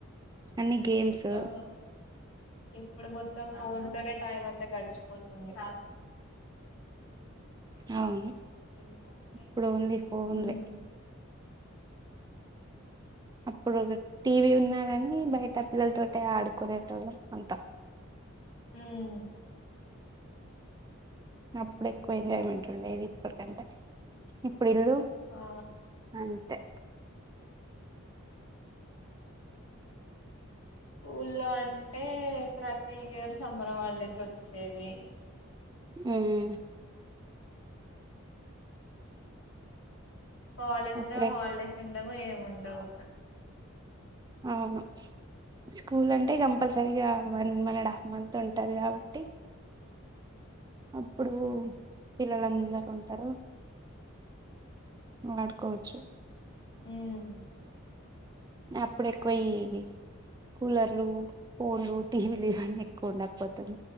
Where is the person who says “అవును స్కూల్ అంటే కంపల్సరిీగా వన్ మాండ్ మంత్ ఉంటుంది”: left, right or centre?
Right